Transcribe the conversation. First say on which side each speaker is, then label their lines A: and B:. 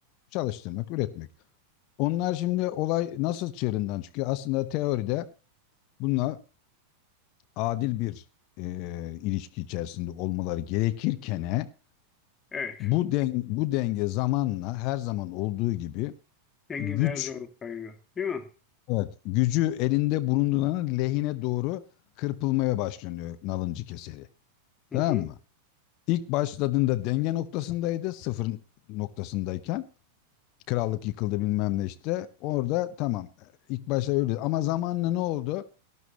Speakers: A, on the left; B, on the left.
A: çalıştırmak, üretmek. Onlar şimdi olay nasıl çığırından çıkıyor? Aslında teoride bunlar adil bir e, ilişki içerisinde olmaları gerekirken
B: Evet.
A: bu den- bu denge zamanla her zaman olduğu gibi
B: Zenginlere
A: güç
B: zorluk kayıyor. Değil mi?
A: evet, gücü elinde bulunduranın lehine doğru kırpılmaya başlanıyor nalıncı keseri.
B: Hı
A: Tamam
B: hı.
A: mı? İlk başladığında denge noktasındaydı, sıfır noktasındayken Krallık yıkıldı bilmem ne işte. Orada tamam. İlk başta öyle. Ama zamanla ne oldu?